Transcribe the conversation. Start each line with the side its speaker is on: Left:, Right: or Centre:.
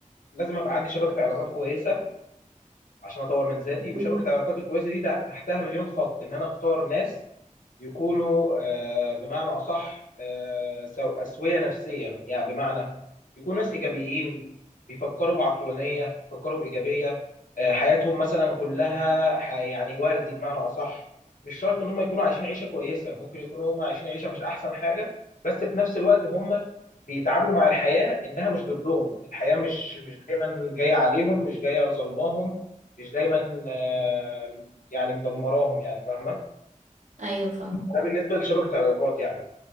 Left: لازم ابقى عندي شبكه علاقات كويسه عشان اطور من ذاتي وشبكه
Right: أكيد.
Left: العلاقات الكويسه دي تحتها مليون خط ان انا اختار ناس يكونوا آه، بمعنى أصح آه، سو- أسوية نفسيا يعني بمعنى يكونوا ناس إيجابيين بيفكروا بعقلانية بيفكروا بإيجابية آه، حياتهم مثلا كلها ح- يعني وردي بمعنى أصح مش شرط إن هم يكونوا عايشين عيشة كويسة ممكن يكونوا هم عايشين عيشة مش أحسن حاجة بس في نفس الوقت هم بيتعاملوا مع الحياة إنها مش ضدهم الحياة مش مش دايما جاية عليهم مش جاية ظلماهم مش دايما آه، يعني مدمراهم يعني فاهمة
Right: أيوه فاهم
Left: ده بالنسبه لشبكه علاقات يعني